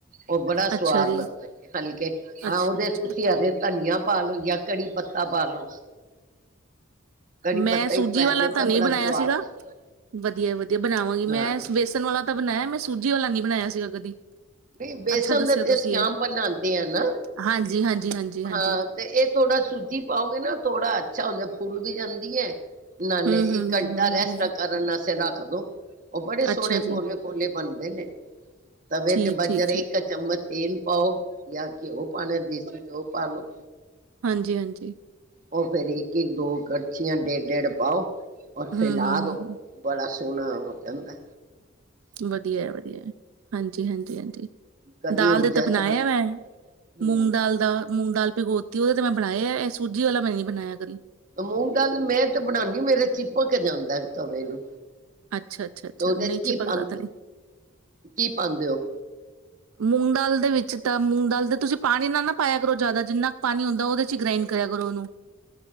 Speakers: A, on the right; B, on the right.
A: ਉਹ ਬੜਾ ਸਵਾਦ
B: ਅੱਛਾ ਜੀ,
A: ਲੱਗਦੇ ਨੇ, ਹਲਕੇ ਹਾਂ
B: ਅੱਛਾ-ਅੱਛਾ
A: ਉਹਦੇ ਤੁਸੀ ਹਰੇ ਧਨੀਆ ਪਾ ਲੋ ਜਾਂ ਕੜ੍ਰੀ ਪੱਤਾ ਪਾ ਲੋ। ਕੜੀ
B: ਮੈਂ
A: ਪੱਤਾ
B: ਸੂਜੀ
A: ਹੀ ਪੈ
B: ਵਾਲਾ
A: ਜਾਂਦਾ
B: ਤਾਂ ਨਹੀ
A: ਬੜਾ
B: ਬਨਾਈਆਂ
A: ਸਵਾਦ
B: ਸੀਗਾ।
A: ਲੱਗਦਾ
B: ਵਧੀਆ ਐ ਵਧੀਆ, ਬਨਾਵਾਂਗੀ
A: ਹਾਂ।
B: ਮੈਂ ਬੇਸਨ ਵਾਲਾ ਤਾਂ ਬਣਾਇਆ ਮੈਂ ਸੁਜੀ ਸੂਜੀ ਵਾਲਾ ਨੀ ਬਨਾਇਆ ਸੀਗਾ ਕਦੀ।
A: ਬਈ ਬੇਸਣ
B: ਅੱਛਾ ਦੱਸਿਆ
A: ਦੇ
B: ਤੁਸੀਂ
A: ਤੇ ਅਸੀਂ
B: ਇਹ
A: ਆਮ ਬਨਾਦੇ ਆਂ ਨਾ।
B: ਹਾਂਜੀ-ਹਾਂਜੀ-ਹਾਂਜੀ-ਹਾਂਜੀ
A: ਹਾਂ ਤੇ ਇਹ ਥੋੜਾ ਸੂਜੀ ਪਾਓਗੇ ਨਾ ਥੋੜਾ ਅੱਛਾ ਹੁੰਦਾ, ਫੁਲ ਵੀ ਜਾਂਦੀ ਐ। ਨਾਨੇ
B: ਹੂੰ-ਹੂੰ-ਹੂੰ-ਹੂੰ-ਹੂੰ-ਹੂੰ।
A: ਇੱਕ ਅੰਟਾ ਹੈਸਟ ਕਰਨ ਆਸਤੇ ਰੱਖ ਕਦੋ ਉਹ ਬੜੇ ਸੋਹਣੇ
B: ਅੱਛਾ ਜੀ
A: ਪੋਲੇ-ਪੋਲੇ ਬਨਦੇ ਨੇ। ਤਵੇ
B: ਠੀਕ-ਠੀਕ-ਠੀਕ
A: ਤੇ ਬਸ ਜਰਾ ਇੱਕ ਚਮਚ ਤੇਲ ਪਾਓ। ਯਾ ਘਿਓ ਪਾਨਾ ਐ ਦੇਸੀ ਉਹ ਪਾ ਲੋ।
B: ਹਾਂਜੀ -ਹਾਂਜੀ।
A: ਓ ਫਿਰ ਇੱਕ -ਇੱਕ, ਦੋ ਕਰਛੀਆਂ ਡੇਢ- ਡੇਢ ਪਾਓ। ਔਰ
B: ਹੂੰ-ਹੂੰ-ਹੂੰ-ਹੂੰ
A: ਫੈਲਾ ਦੋ, ਬੜਾ ਸੋਹਣਾ ਹੋ ਜਾਂਦੈ।
B: ਵਧੀਆ ਹੈ, ਵਧੀਆ ਹਾਂਜੀ -ਹਾਂਜੀ, ਹਾਂਜੀ
A: ਕਦੀ
B: ਦਾਲ
A: ਹੁਣ
B: ਦੇ ਤਾਂ
A: ਜਿਸ
B: ਬਣਾਏਆ
A: ਤਰ੍ਹਾਂ
B: ਮੈਂ
A: ਹੂੰ
B: ਮੂੰਗ ਦਾਲ ਦਾ ਮੂੰਗ ਦਾਲ ਪਿਗੋਤੀ, ਉਹਦੇ ਤੇ ਮੈਂ ਬਣਾਇਆ ਇਹ ਸੂਜੀ ਵਾਲਾ ਮੈਂ ਨੀ ਬਣਾਇਆ ਕਦੀ।
A: ਮੂੰਹ ਦਾਲ ਮੈਂ ਤੇ ਬਣਾਉਦੀ ਮੇਰੇ ਚਿਪਕ ਜਾਂਦਾ ਤਵੇ ਨੂੰ
B: ਅੱਛਾ-ਅੱਛਾ-ਅੱਛਾ
A: ਤੇ ਉਹਦੇ
B: ਨਹੀਂ
A: ਚ ਕੀ
B: ਚਿਪਕਦਾ
A: ਪਾਂਦੇ,
B: ਤਾਂ ਨਹੀਂ
A: ਕੀ ਪਾਉਂਦੇ ਹੋ?
B: ਮੂੰਗ ਦਾਲ ਦੇ ਵਿੱਚ ਤਾਂ, ਮੂੰਗ ਦਾਲ ਦੇ ਤੁਸੀਂ ਪਾਣੀ ਨਾ- ਨਾ ਪਾਇਆ ਕਰੋ ਜ਼ਿਆਦਾ, ਜਿੰਨਾ ਕੁ ਪਾਣੀ ਹੁੰਦਾ ਉਹਦੇ ਚ ਗ੍ਰਾਇੰਡ ਕਰਿਆ ਕਰੋ ਉਹਨੂੰ।